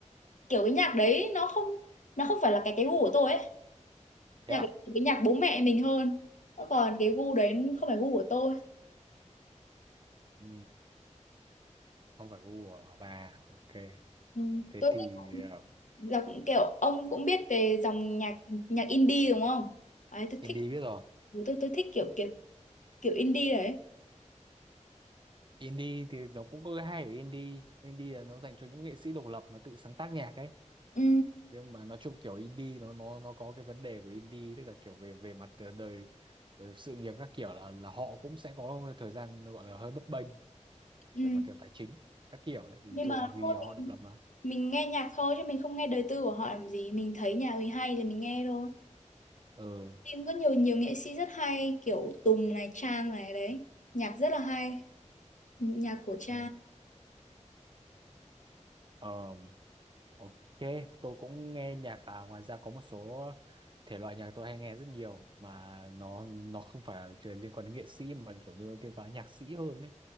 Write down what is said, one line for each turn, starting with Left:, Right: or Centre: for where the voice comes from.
Left: kiểu cái nhạc đấy nó không nó không phải là cái cái gu của tôi ấy nhạc
Right: Thế à?
Left: cái nhạc bố mẹ mình hơn còn cái gu đấy không phải gu của tôi
Right: Ừ, không phải gu của bà. Ok.
Left: ừ.
Right: Thế
Left: tôi
Right: thì
Left: thích
Right: ờ,
Left: dòng kiểu ông cũng biết về dòng nhạc nhạc indie đúng không đấy tôi
Right: Indy
Left: thích
Right: biết rồi.
Left: tôi tôi thích kiểu kiểu kiểu indie đấy
Right: Indie thì nó cũng có cái hay ở indie indie là nó dành cho những nghệ sĩ độc lập mà tự sáng tác nhạc ấy
Left: ừ,
Right: nhưng mà nói chung kiểu indie nó nó nó có cái vấn đề của indie tức là kiểu về về mặt ờ, đời, đời sự nghiệp các kiểu là là họ cũng sẽ có thời gian gọi là hơi bấp bênh
Left: ừ.
Right: về mặt kiểu tài chính các kiểu đấy ví
Left: nhưng
Right: dụ
Left: mà
Right: là vì
Left: thôi
Right: họ độc
Left: mình,
Right: lập mà
Left: mình nghe nhạc thôi chứ mình không nghe đời tư của họ làm gì mình thấy nhà mình hay thì mình nghe thôi
Right: ừ
Left: nhưng có nhiều nhiều nghệ sĩ rất hay kiểu Tùng này Trang này đấy nhạc rất là hay nhạc của Trang
Right: ừ. Ờ, ok tôi cũng nghe nhạc à, ngoài ra có một số thể loại nhạc tôi hay nghe rất nhiều mà nó nó không phải là liên quan đến nghệ sĩ mà kiểu như liên quan đến nhạc sĩ hơn ấy